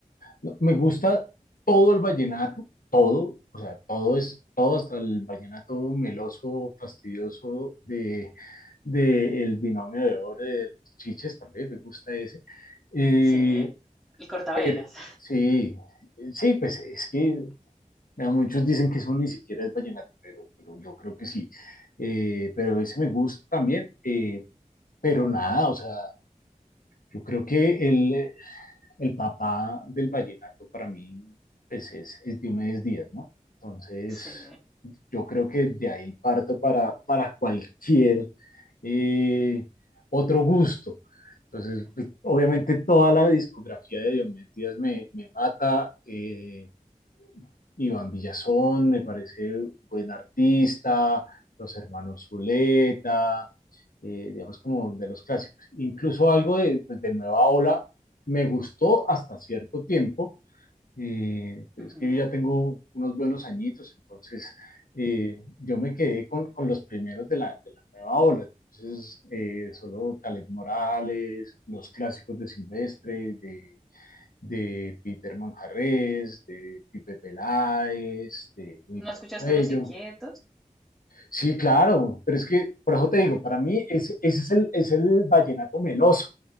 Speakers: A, on the left; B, in the centre.
A: No, me gusta todo el vallenato, todo, o sea, todo es, todo hasta el vallenato meloso, fastidioso de, de el binomio de oro de los Chiches, también me gusta ese, eh,
B: sí, el cortavenas,
A: pero sí, sí, pues es que
B: <laughs>
A: Vea, muchos dicen que eso ni siquiera es vallenato, pero, pero yo creo que sí. Eh, pero ese me gusta también. eh, pero nada, o sea, yo creo que el, eh, el papá del vallenato para mí pues, es, es Diomedes Díaz, ¿no? Entonces,
B: sí,
A: yo creo que de ahí parto para, para cualquier eh, otro gusto. Entonces, pues, obviamente toda la discografía de Diomedes Díaz me, me mata. eh, Iván Villazón, me parece un buen artista, los hermanos Zuleta, eh, digamos como de los clásicos. Incluso algo de, pues, de Nueva Ola me gustó hasta cierto tiempo. Eh, es
B: ujú.
A: que yo ya tengo unos buenos añitos, entonces eh, yo me quedé con, con, los primeros de la, de la Nueva Ola. Entonces, eh, solo Caleb Morales, los clásicos de Silvestre, de de Peter Manjarres, de Pipe Peláez, de Luis
B: ¿No escuchaste
A: Cuello.
B: Los Inquietos?
A: Sí, claro, pero es que, por eso te digo, para mí ese, ese es, el, es el vallenato meloso.